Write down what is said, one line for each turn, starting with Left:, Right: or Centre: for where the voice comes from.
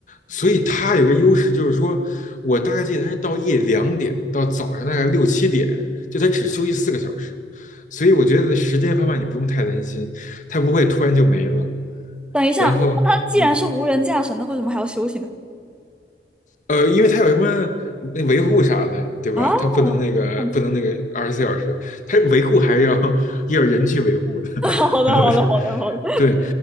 Left: 所以它有个优势，就是说我大概记得它是到夜里两点到早上大概六七点，就它只休息四个小时，所以我觉得时间方面你不用太担心，它不会突然就没了。
Centre: 等一下，
Left: 然后，
Centre: 那它既然是无人驾驶，
Left: 嗯，
Centre: 那为什么还要休息呢？
Left: 呃，因为它有什么那维护啥的，对吧？
Centre: 啊，
Left: 它不能那个不能那个二十四小时，
Centre: <laughs>
Left: 它维护还是要 <laughs> 要人去维护的。<laughs>
Centre: 好的，
Left: 然后。
Centre: 好的，好的，好的。
Left: 对，